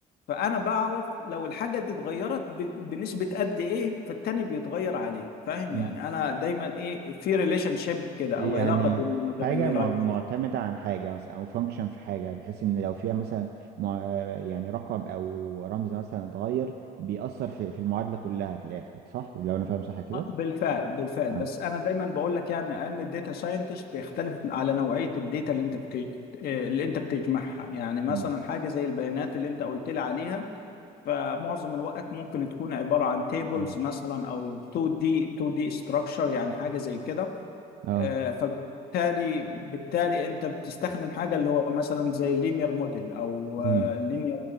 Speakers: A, on the left (about 65°); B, on the right (about 70°).
A: فانا بعرف لو الحاجه دي اتغيرت ب- بنسبه قد ايه فالتاني بيتغير عليه فاهم
B: امم
A: يعني انا دايما ايه في ريليشن شيب كده
B: يعني
A: او علاقه بين المتغيرات
B: حاجة مع- معتمدة عن حاجة مثلا أو فانكشن في حاجة بحيث إن لو فيها مثلا مع- يعني رقم أو رمز مثلا اتغير بيأثر في في المعادلة كلها في الآخر صح؟ لو أنا فاهم صح كده؟
A: آه، بالفعل بالفعل
B: اه
A: بس انا دايما بقول لك يعني علم الداتا ساينتست بيختلف على نوعيه الداتا اللي انت بت... آه، اللي انت بتجمعها يعني مثلا
B: مم.
A: حاجه زي البيانات اللي انت قلت لي عليها فمعظم الوقت ممكن تكون عبارة عن تيبلز
B: مم.
A: مثلا أو 2D 2D structure يعني حاجة زي كده
B: اه
A: آه، فبالتالي بالتالي أنت بتستخدم حاجة اللي هو مثلا زي اللينير موديل أو
B: امم
A: اللينير